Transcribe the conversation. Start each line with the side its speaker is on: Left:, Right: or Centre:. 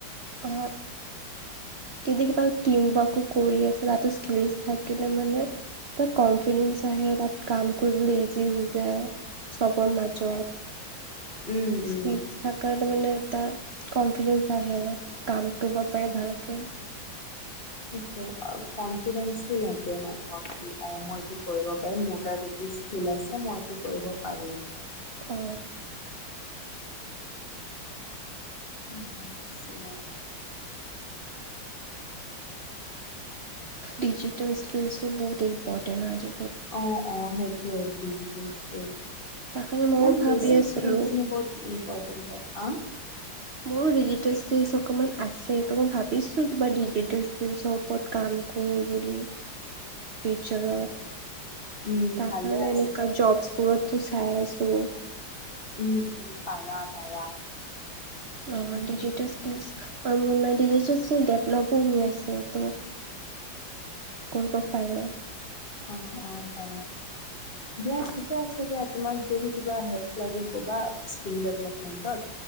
Right: অ যদি কিবা কৰি আছে তাতো স্কিল থাকিলে মানে ক আহে তাত কাম কৰিবলৈ ইজি হৈ যায় চবৰ মাজত
Left: উম উম।
Right: থে মানে এটা কনফিডেন্স আহে। কাম কৰিব পাৰে ভালকে।
Left: এ <inaudible> কনফিডেঞ্চও লাগে মানুহক কি অ মইটো কৰিব পাৰিম মোৰ তাত এইটো স্কিল আছে মই কৰিব পাৰিম
Right: অ
Left: আ চলা
Right: ডিজিটেল স্কিলচো বহুত ইম্পৰ্টেট আজে
Left: অ অ সেইটোৱেই দিজিটেল স্কিল
Right: তাৰ কাৰণে ময়ো
Left: ম
Right: ভাবি
Left: বেচিক
Right: আছিলো
Left: স্কিলছ খিনি বহুত ইম্পৰ্টেণ্ট হয় আ
Right: মোৰ ডিজিটেল স্কিলচ অকমান আছে ত মই ভাবিছো কিবা ডিজিটেল স্কিলচৰ ওপৰত কাম কউ বুলি
Left: <unintelligible>
Right: ফিউচাৰৰ
Left: উম
Right: তাৰ
Left: ভালে
Right: কাৰণে
Left: আছে।
Right: এনেকা জপছ বোৰত টো চাই আছো
Left: উম উম পাৰা পাৰা
Right: অ
Left: উম
Right: ডিজিটেল স্কিলছ আৰু মেডিজেচলি ডেভলমেণ্ট হৈ আছে ত' কৰিব পাৰে
Left: অঁ অ পাৰে দিয়া ঠিকে আছে দিয়া তোমাৰ যদি কিবা হেল্প লাগে কবা স্কিল ডেভেলপমেণ্টৰ